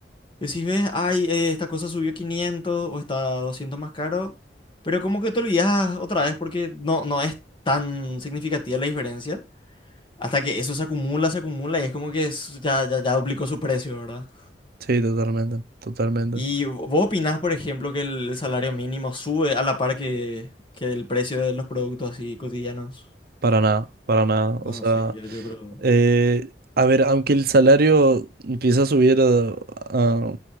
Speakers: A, on the left; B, on the right.
A: decís, ves, ay, eh, esta cosa subió 500 o está 200 más caro, pero como que te olvidas otra vez porque no, no es tan significativa la diferencia. Hasta que eso se acumula, se acumula y es como que es- ya, ya, ya duplicó su precio, ¿verdad?
B: Sí, totalmente, totalmente.
A: ¿Y vos opinás, por ejemplo, que el salario mínimo sube a la par que, que el precio de los productos así cotidianos?
B: Para nada, para nada.
A: No,
B: O sea.
A: sí, yo, yo creo.
B: Eh, a ver, aunque el salario empieza a subir a, a-